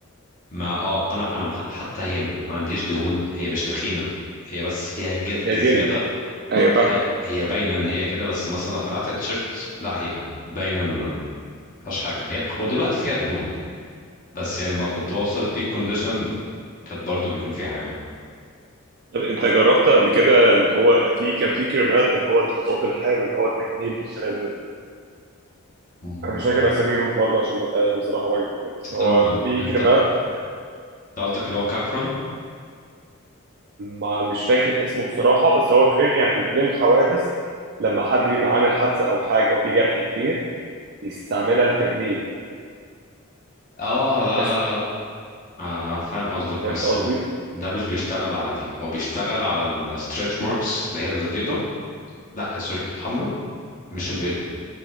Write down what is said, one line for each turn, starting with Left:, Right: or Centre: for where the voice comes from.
Left: ما اه انا انا ما- حتى هي ما عنديش دهون هي مش تخينه هي بس فيها جلد
Right: هي
Left: زياده
Right: جلد ايوه فاهمك
Left: ه- هي باينه ان هي كده بس مثلا لو خلعت التيشيرت لا هي باينه ان مفيهاش حاجه هي هو دلوقتي فيها دهون بس يعني ما كنت بوصل البيك كونديشن كانت برضو بيكون فيها حاجة
Right: طب انت جربت قبل كده اللي هو في كان في كريمات اللي هو المضاد الحيوي اللي هو التجميل والكلام ده
Left: مم.
Right: انا مش فاكر اساميهم برضه عشان ما بقاش بصراحه بكذب بس
Left: استنى
Right: هو في
Left: انت
Right: كريمات
Left: انت قصدك اللي هو كابرون
Right: ما مش فاكر اسمه بصراحه بس هو كريم يعني للحوادث لما حد بيبقى عامل حادثه او حاجه وفي جرح كبير بيستعملها للتجميل
Left: اه لا
Right: بس
Left: لا لا لا آه فاهم قصدك
Right: فهمت
Left: بس
Right: قصدي؟
Left: ده مش بيشتغل على دي هو بيشتغل على الستريتش ماركس اللي هي البيضة لا سوري الحمراء مش البيضة